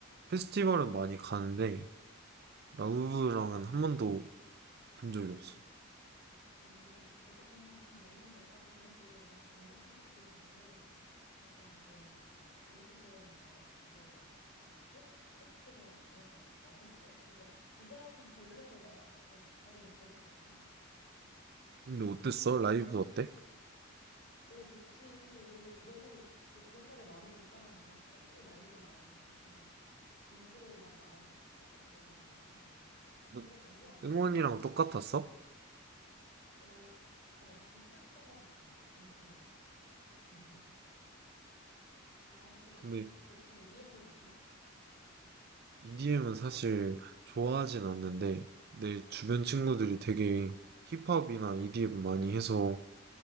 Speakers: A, on the right; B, on the left.
A: 페스티벌은
B: 아,
A: 많이 가는데
B: 응.
A: 라우브랑은 한 번도 본 적이 없어.
B: 음, 예전에 한 몇 년 전까지만 해도 이 사람 단독 콘서트 전에는 약간 그런 뭐 올림픽 공원에 와가지고 이게 약간 재즈 페스- 페스티벌 같이 해서 왔었어. 그래서 이 사람 보려고 나 이렇게 가고 막 그랬다니까.
A: 근데 어땠어? 라이브 어때?
B: 오, 좋지. 그리고 너무 그 좋은 노래 많으니까 막 팬들이 난리가 나지. 막 그 인트로만 나와도 막 깍깍거리고 막 난리 나지.
A: 응?
B: 노래 잘 불러?
A: 응원이랑 똑같았어?
B: 어, 어, 비슷했던 것 같아. 응, 응. <laughs> 라우브도 좋고.
A: 근데
B: 너 혹시 EDM도 듣니?
A: EDM은 사실 좋아하진 않는데 내 주변 친구들이 되게 힙합이나 EDM 많이 해서